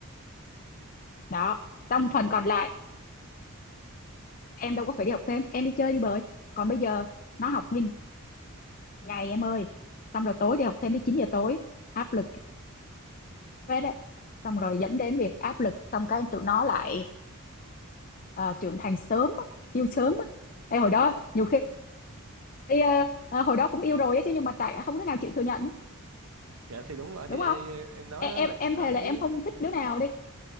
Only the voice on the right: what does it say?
thì em thì đúng rồi thì
em,
em nói
đó
là cũng
có
yếu